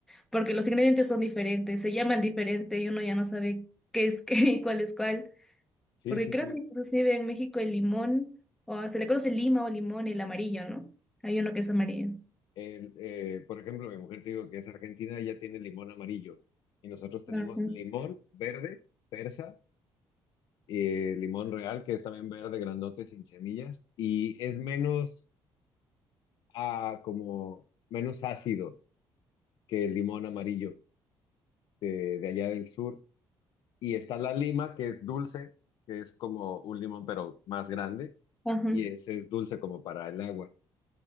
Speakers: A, in the centre; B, on the left.
A: porque los ingredientes son diferentes, se llaman diferente y uno ya no sabe qué es <laughs> qué y cuál es cuál,
B: Sí,
A: porque
B: sí,
A: creo
B: sí.
A: que inclusive en México el limón, o se le conoce lima o limón, el amarillo, ¿no? Hay uno que es amarillo.
B: el, eh, por ejemplo, mi mujer te digo que es argentina, ella tiene limón amarillo y nosotros tenemos
A: Ajá,
B: limón verde, persa, eh, limón real, que es también verde, grandote, sin semillas, y es menos, ah, como, menos ácido que el limón amarillo de, de allá del sur. Y está la lima, que es dulce, que es como un limón, pero más grande,
A: ajá.
B: y ese es dulce como para el agua,